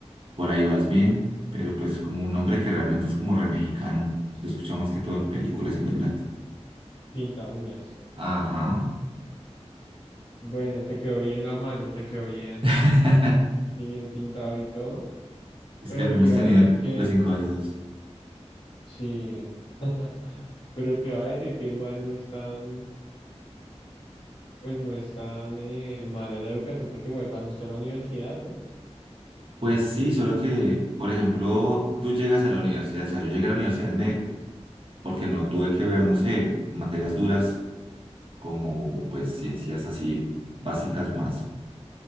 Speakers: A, on the right; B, on the left.
A: por ahí vas bien, pero pues como un hombre que realmente es como re mexicano. Lo escuchaba más que todo en películas y en doblajes.
B: Pinta uñas.
A: Ajá.
B: Bueno, te quedó bien la mano, te quedó bien,
A: <laughs>
B: así bien pintado y todo,
A: Es
B: pero
A: que al menos
B: te iba
A: tenía
B: a decir que
A: los cinco dedos.
B: sí, <laughs> pero te iba a decir que igual no es tan... Pues no es tan eh, mala la educación porque igual pasa usted a la universidad, ¿no?
A: Pues sí, solo que, por ejemplo, tú llegas a la universidad, o sea, yo llegué a la universidad me- porque no tuve que ver, no sé, materias duras como pues ciencias así básicas más,